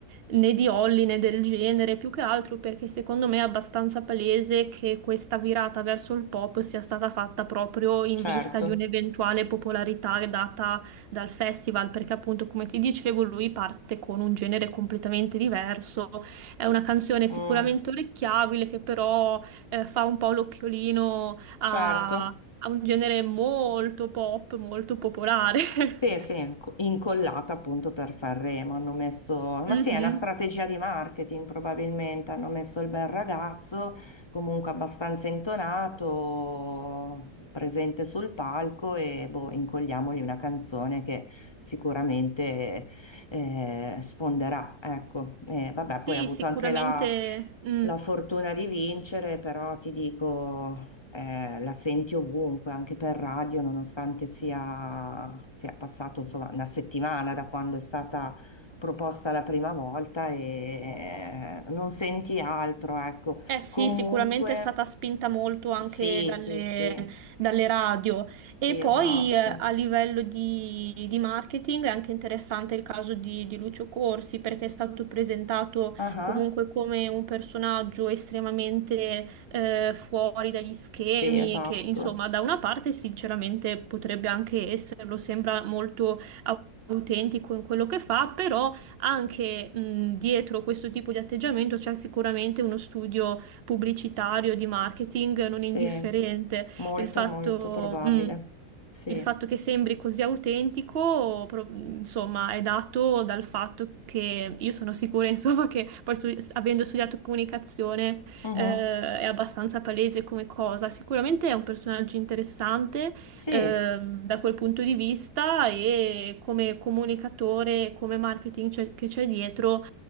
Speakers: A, on the right; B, on the left.
A: né di Holly né del genere, più che altro perché secondo me è abbastanza palese che questa virata verso il pop sia stata fatta proprio in
B: certo,
A: vista di un'eventuale popolarità data dal festival, perché appunto come ti dicevo lui parte con un genere completamente diverso è una canzone sicuramente
B: Mm,
A: orecchiabile che però eh, fa un po' l'occhiolino a,
B: certo.
A: a un genere molto pop, molto popolare. <laughs>
B: Sì, sì, inc- incollata appunto per Sanremo, hanno messo, ma
A: Mhm.
B: sì, è una strategia di marketing probabilmente, hanno messo il bel ragazzo, comunque abbastanza intonato, presente sul palco e boh, incolliamogli una canzone che sicuramente eh, sfonderà, ecco. E vabbè, poi
A: Sì,
B: ha avuto
A: sicuramente.
B: anche la
A: mm.
B: la fortuna di vincere, però ti dico eh, la senti ovunque, anche per radio, nonostante sia, sia passato insomma una settimana da quando è stata proposta la prima volta e eh, non senti altro, ecco.
A: Eh sì,
B: Comunque,
A: sicuramente è stata spinta molto anche
B: sì,
A: dalle,
B: sì, sì,
A: dalle radio.
B: sì,
A: E poi
B: esatto.
A: eh, a livello di, di marketing è anche interessante il caso di, di Lucio Corsi perché è stato presentato
B: Ah,
A: comunque come un personaggio estremamente eh, fuori dagli schemi,
B: sì, esatto,
A: che insomma da una parte sinceramente potrebbe anche esserlo, sembra molto au- autentico in quello che fa, però anche mh, dietro questo tipo di atteggiamento c'è sicuramente uno studio pubblicitario, di marketing non
B: sì,
A: indifferente.
B: molto,
A: Il fatto,
B: molto probabile,
A: mm,
B: sì,
A: il fatto che sembri così autentico, pro- insomma, è dato dal fatto che io sono sicura, <laughs> insomma, che poi stu- avendo studiato comunicazione,
B: Mhm.
A: eh, è abbastanza palese come cosa. Sicuramente è un personaggio interessante,
B: Sì.
A: ehm, da quel punto di vista e come comunicatore, come marketing c'è- che c'è dietro.